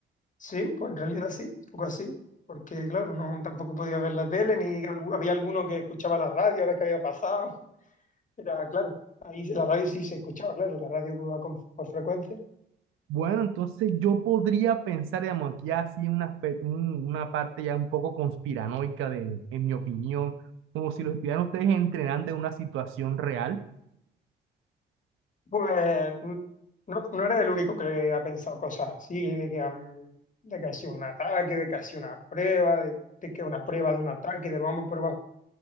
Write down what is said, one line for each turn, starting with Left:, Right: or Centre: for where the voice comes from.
Left: sí, pues en realidad sí, un poco así. Porque claro, no tampoco podía ver la tele, ni algu- había alguno que escuchaba la radio a ver qué había pasado. Era, claro, ahí la radio sí se escuchaba, claro, la radio que va con- por frecuencia.
Right: Bueno, entonces yo podría pensar, digamos, aquí así un aspe- un- una parte ya un poco conspiranoica de, en mi opinión, como si los estuvieran ustedes entrenando en una situación real.
Left: Pues n- no, no eres el único que ha pensado cosas así, de que, han- de que ha sido un ataque, de que ha sido una prueba, de, de que una prueba de un ataque, de vamos a probar,